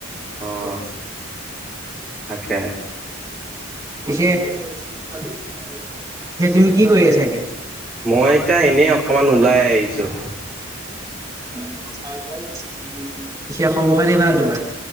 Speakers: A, in the centre; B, on the right.
A: অ', তাকে।
B: পিছে, এতিয়া তুমি কি কৰি আছা এতিয়া?
A: মই এতিয়া এনেই অকণমান ওলাই আহিছোঁ।
B: <inaudible> পিছে খবৰ-খাতি ভাল তোমাৰ?